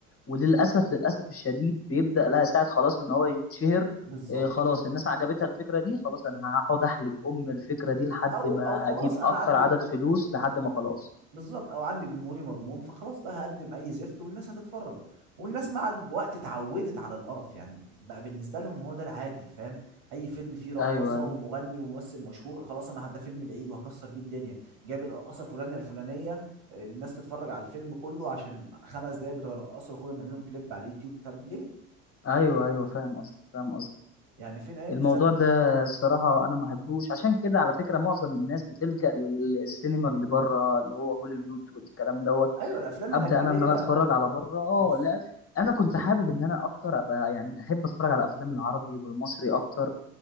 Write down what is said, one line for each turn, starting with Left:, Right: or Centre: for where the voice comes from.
Left: وللأسف للأسف الشديد بيبدأ
Right: لا
Left: لها ساعة خلاص إن هو يتشهر
Right: بالظبط
Left: إيه خلاص الناس عجبتها الفكرة دي خلاص أنا هقعد أحلب أم الفكرة دي لحد
Right: او
Left: ما
Right: او خلاص
Left: أجيب
Right: انا
Left: أكتر
Right: عندي
Left: عدد
Right: ض-
Left: فلوس لحد ما خلاص
Right: بالظبط او عندي جمهوري مضمون فخلاص بقى هقدم اي زفت والناس هتتفرج والناس مع الوقت اتعودت على القرف يعني بقى بالنسبه لهم هو ده العادي فاهم اي فيلم فيه رقاصه
Left: أيوه أيوه
Right: ومغني وممثل مشهور خلاص انا ه- ده فيلم العيد وهكسر بيه الدنيا جايب الرقاصه فلانه الفلانيه الناس تتفرج على الفيلم كله عشان خمس دقايق بتوع الرقاصه وياخدهم يعملوا لهم كليب على اليوتيوب طب ليه
Left: أيوه أيوه فاهم قصدي فاهم قصدي
Right: يعني فين ايام
Left: الموضوع
Right: الزمن
Left: ده الصراحة أنا ما بحبوش عشان كده على فكرة معظم الناس بتلجأ للسينما اللي بره اللي هو هوليوود والكلام ده
Right: ايوه الافلام
Left: ابدا
Right: الاجنبيه
Left: انا ان انا اتفرج على بره اه
Right: بص
Left: لا انا كنت حابب ان انا اكتر ابقى يعني احب اتفرج على افلام العربي والمصري اكتر